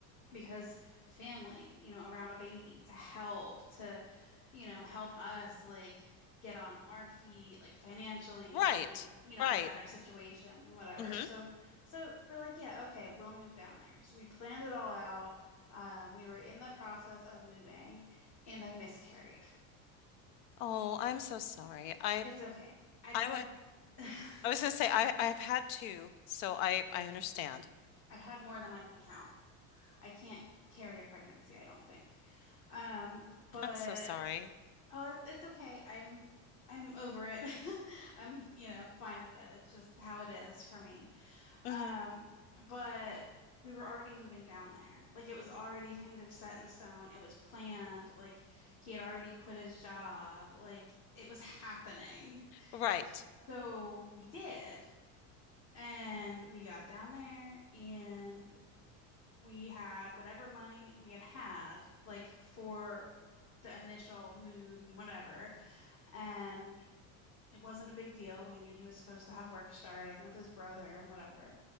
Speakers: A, on the left; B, on the left.
A: because family, you know, around a baby to help, to, you know, help us like get on our feet, like financially
B: Right.
A: and, you know,
B: Right.
A: a better situation and whatever.
B: Mm-hmm.
A: So, so we're like, yeah, okay, we'll move down there. So we planned it all out. Um, we were in the process of moving and I miscarried.
B: Oh, I'm so sorry. I
A: It's okay. I've
B: I
A: had,
B: went
A: <laughs> I've
B: I was gonna say I I've had two, so I I understand.
A: had more than I can count. I can't carry a pregnancy, I don't think. Um, but
B: I'm so sorry.
A: Oh, it- it's okay. I'm I'm over it. <laughs> I'm, you know, fine with it. It's just how it is for me.
B: Mm-hmm.
A: Um, but we were already moving down there. Like it was already kind of set in stone. It was planned. Like he had already quit his job. Like it was happening.
B: Right.
A: So we did. And we got down there and we had whatever money we had had, like for the initial move and whatever and it wasn't a big deal. We knew he was supposed to have work starting with his brother and whatever.